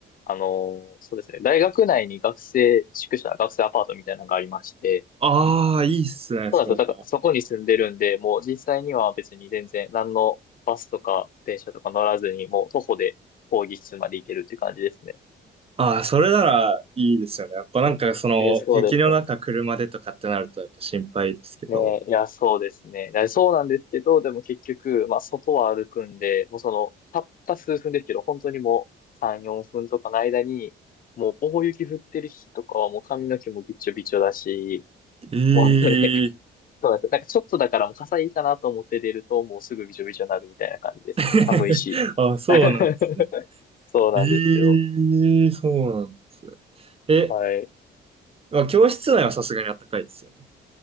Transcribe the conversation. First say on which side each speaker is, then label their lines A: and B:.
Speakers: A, on the left; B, on the right.
A: あの、そうですね、大学内に学生宿舎、学生アパートみたいなのがありまして、
B: ああ、いいっすね、
A: そうなんですよ。
B: それは。
A: だから、そこに住んでるんで、もう実際には別に全然、何のバスとか電車とか乗らずに、もう徒歩で講義室まで行けるって感じですね。
B: ああ、それならいいですよね。やっぱなんかその、
A: えーそうですね。
B: 雪の中車でとかってなるとやっぱ心配ですけど。
A: ね、いや、そうですね。だそうなんですけど、でも結局、まあ、外は歩くんで、もうその、たった数分ですけど、本当にもう3、4分とかの間に、もう、棒雪降ってる日とかはもう髪の毛もびっちょびちょだし、
B: ええ
A: もうね、<laughs> そうなんですよ。なんかちょっとだからもう傘いいかなと思って出ると、もうすぐびちょびちょになるみたいな感じですね。
B: <laughs>
A: 寒いし。
B: あ、そうなんですね。
A: <laughs> そうなんですよ。
B: ええそうなんですね。え、
A: はい。
B: まあ、教室内はさすがにあったかいですよね。